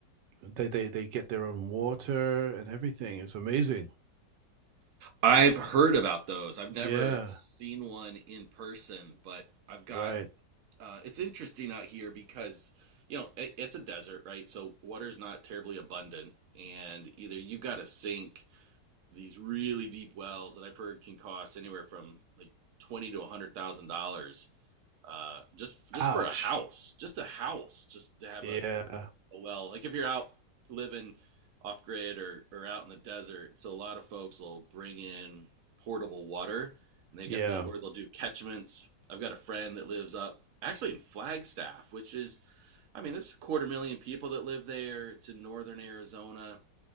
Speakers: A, on the right; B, on the right.
A: they they they get their own water and everything. It's amazing.
B: I've heard about those. I've never
A: Yeah,
B: seen one in person, but I've got
A: right.
B: uh, it's interesting out here because you know it, it's a desert, right? So water's not terribly abundant, and either you've got a sink these really deep wells that I've heard can cost anywhere from like twenty to a hundred thousand dollars, uh, just just
A: Ouch.
B: for a house, just a house, just to have
A: Yeah,
B: a, a a well. Like if you're out living off grid or or out in the desert, so a lot of folks will bring in portable water, and they
A: yeah.
B: get the or they'll do catchments. I've got a friend that lives up actually in Flagstaff, which is, I mean, there's a quarter million people that live there. It's in northern Arizona,